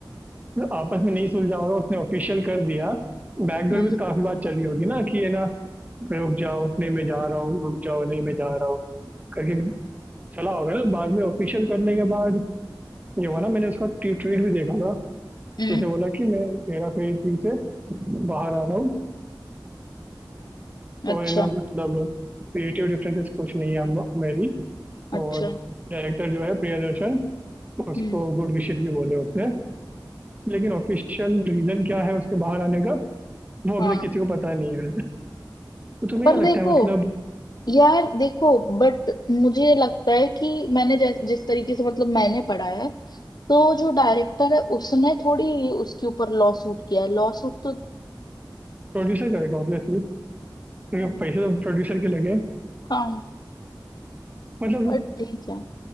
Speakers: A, on the right; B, on the left.
A: मतलब आपस में नहीं सुलझा होगा उसने ऑफिशियल कर दिया बैकडोर
B: हम्म
A: में तो काफी बात चली होगी ना कि ये ना रुक जाओ नहीं मैं जा रहा हूँ रुक जाओ नहीं मैं जा रहा हूँ करके चला होगा ना बाद में ऑफिशियल करने के बाद ये हुआ ना मैंने उसका ट्वीट भी देखा था
B: हम्म
A: उसने बोला कि मैं हेरा फेरी थ्री से बाहर आ रहा हूँ
B: अच्छा
A: और है ना मतलब क्रिएटिव डिफरेंसेस कुछ नहीं है हम- मेरी
B: अच्छा
A: और डायरेक्टर जो है प्रियदर्शन उसको
B: हम्म
A: गुड विशेस भी बोले उसने लेकिन ऑफिशियल रीजन क्या है उसके बाहर आने का वो
B: हाँ
A: अभी तक किसी को पता नहीं है तो तुम्हें
B: पर
A: क्या
B: देखो
A: लगता है मतलब
B: यार देखो बट मुझे लगता है कि मैंने जैस, जिस तरीके से मतलब मैंने पढ़ा है तो जो डायरेक्टर है उसने थोड़ी उसके ऊपर लॉ सूट किया है लॉ सूट तो
A: प्रोड्यूसर करेगा ऑब्वियसली क्योंकि पैसे तो प्रोड्यूसर के लगे
B: हाँ
A: मतलब
B: और ठीक है